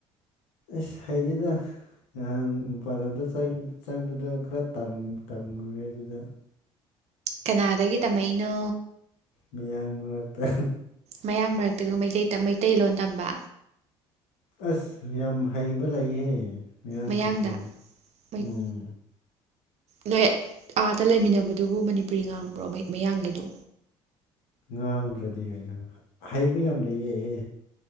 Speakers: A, on the left; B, on the right.
A: ꯑꯁ ꯍꯩꯇꯦꯗ ꯅꯍꯥꯟ ꯃꯄꯥꯟꯂꯝꯗ ꯆꯪ ꯆꯪꯕꯗ ꯈꯔ ꯇꯝ ꯇꯝꯃꯨꯔꯦ ꯑꯗꯨꯗ
B: ꯀꯅꯥꯗꯒꯤ ꯇꯝꯃꯛꯏꯅꯣ
A: ꯃꯌꯥꯡ ꯃꯔꯛꯇ
B: ꯃꯌꯥꯡ ꯃꯔꯛꯇꯒ ꯃꯩꯇꯩ ꯇꯝ ꯃꯩꯇꯩꯂꯣꯟ ꯇꯝꯕ
A: ꯑꯁ ꯌꯥꯝ ꯍꯩꯕ ꯂꯩꯍꯦ ꯃꯌꯥꯡꯁꯤꯡꯁꯨ
B: ꯃꯌꯥꯡꯗ ꯃꯩ-
A: ꯎꯝ
B: ꯅꯣꯏ ꯑꯗꯥ ꯂꯩꯃꯤꯟꯅꯕꯗꯨꯕꯨ ꯃꯅꯤꯄꯨꯔꯤ ꯉꯥꯡꯕ꯭ꯔꯣ ꯃꯌꯥꯡ ꯃꯌꯥꯡꯒꯩꯗꯣ
A: ꯉꯥꯡꯗ꯭ꯔꯥꯗꯤ ꯀꯩꯅꯣ ꯍꯩꯕ ꯌꯥꯝ ꯂꯩꯌꯦ ꯍꯦ